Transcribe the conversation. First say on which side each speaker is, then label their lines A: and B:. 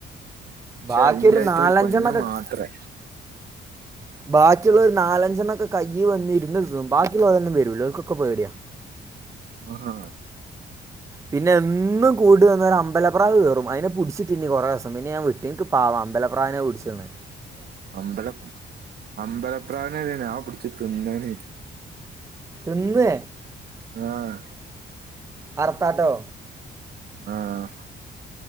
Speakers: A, on the right (about 55°); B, on the right (about 15°).
A: പക്ഷെ
B: ബാക്കി
A: ഇന്റെടുത്ത്
B: ഒര് നാലഞ്ചെണ്ണക്കെ
A: ഒരു പെണ്ണ് മാത്രേ
B: ക ബാക്കിയുള്ള ഒരു നാലഞ്ചെണ്ണൊക്കെ കൈയ്യി വന്നിര്ന്ന് തിന്നും. ബാക്കിയുള്ളരൊന്നും വരൂല ഓൽക്കൊക്കെ പേടിയാ.
A: ആഹ്
B: പിന്നെ എന്നും കൂട്ട് വന്നാല് ഒരു അമ്പലപ്രാവ് കേറും അയിനെ പുട്ച്ച് തിന്നും കൊറെ ദിവസം. പിന്നെ ഞാൻ വി ഇറ്റേന്ക്ക് പാവാ അമ്പലപ്രാവിനെ പുട്ച്ചിണെ
A: അമ്പലം അമ്പലപ്രാവ്നെ വെരെ ഞാൻ പിടിച്ച് തിന്ന്ണ്.
B: തിന്നേ?
A: ആഹ്
B: അർത്താട്ടോ?
A: ആഹ്